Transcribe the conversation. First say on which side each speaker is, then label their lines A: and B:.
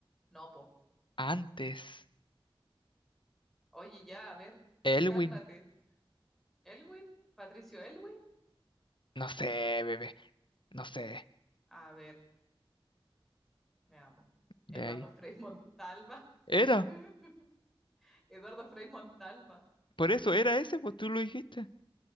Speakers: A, in the centre; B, on the left (about 60°).
A: No, po.
B: antes.
A: Oye, ya, a ver.
B: Elwin.
A: Cálmate. ¿Elwin? ¿Patricio Elwin?
B: No sé, bebé. No sé.
A: A ver, me amo. Eduardo
B: Ve ahí.
A: Frei Montalva.
B: Era.
A: <laughs> Eduardo Frei Montalva.
B: Por eso era ese, pues tú lo dijiste.